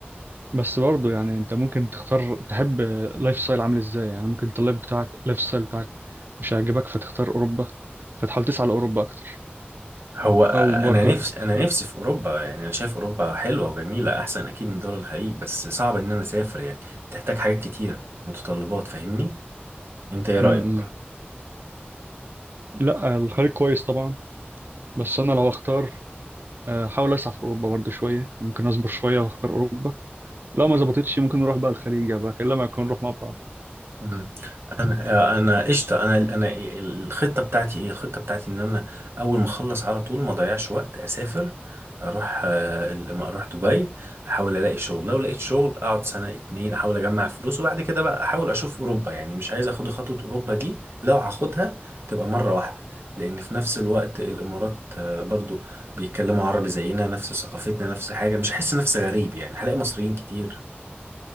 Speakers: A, on the right; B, on the right.
A: بس برضه يعني أنت ممكن تختار تحب لايف ستايل عامل إزاي يعني ممكن أنت اللايف بتاعك لايف ستايل بتاعك مش هيعجبك فتختار أوروبا فتحاول تسعى لأوروبا أكتر
B: هو انا
A: أو برضه
B: نفسي انا نفسي في اوروبا يعني انا شايف اوروبا حلوه وجميله احسن اكيد من دول الخليج بس صعب ان انا اسافر يعني بتحتاج حاجات كتيره متطلبات فاهمني انت ايه
A: م-
B: رايك
A: م. لا آه، الخليج كويس طبعا بس أنا لو أختار آه، أحاول أسعى في أوروبا برضه شوية ممكن أصبر شوية وأختار أوروبا لو ما ظبطتش ممكن نروح بقى الخليج يا زكي الا ما يكون نروح مع بعض
B: مم. انا انا قشطه انا انا الخطه بتاعتي ايه الخطه بتاعتي ان انا اول ما اخلص على طول ما اضيعش وقت اسافر اروح آه، ال- اروح دبي احاول الاقي شغل لو لقيت شغل اقعد سنه اتنين احاول اجمع فلوس وبعد كده بقى احاول اشوف اوروبا يعني مش عايز اخد خطوه اوروبا دي لو هاخدها تبقى مره واحده لان في نفس الوقت الامارات آه، برضو بيتكلموا عربي زينا نفس ثقافتنا نفس حاجه مش هحس نفسي غريب يعني هلاقي مصريين كتير